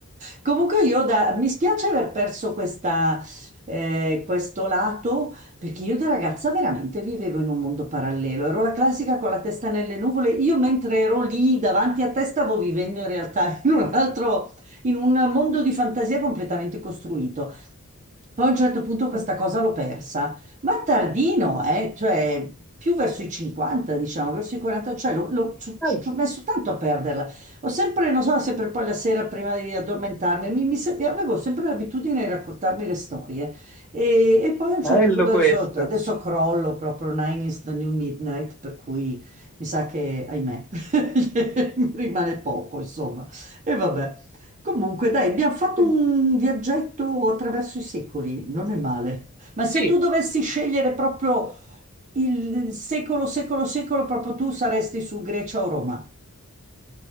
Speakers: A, on the right; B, in the centre.
A: Comunque io da- mi spiace aver perso questa, eh, questo lato, perché io da ragazza veramente vivevo in un mondo parallelo. Ero la classica con la testa nelle nuvole. Io mentre ero lì davanti a te stavo vivendo in realtà <laughs> in un altro, in un mondo di fantasia completamente costruito. Poi a un certo punto questa
B: ecco.
A: cosa l'ho persa, ma tardino, eh, cioè più verso i 50, diciamo, verso i 40, cioè l'ho- l'ho- ci ci
B: Eh,
A: ho messo tanto a perderla. Ho sempre, non so, sempre poi la sera prima di addormentarmi, mi, mi sem- avevo sempre l'abitudine di raccontarmi le storie. E, e poi a un
B: bello
A: certo punto
B: questo.
A: adesso, adesso crollo proprio Nine is the New Midnight, per cui mi sa che, ahimè, <laughs> mi rimane poco, insomma. E vabbè. Comunque, dai, abbiamo fatto
B: Eh,
A: un viaggetto attraverso i secoli, non è male. Ma
B: Sì,
A: se tu dovessi scegliere proprio il secolo, secolo, secolo, proprio tu saresti su Grecia o Roma.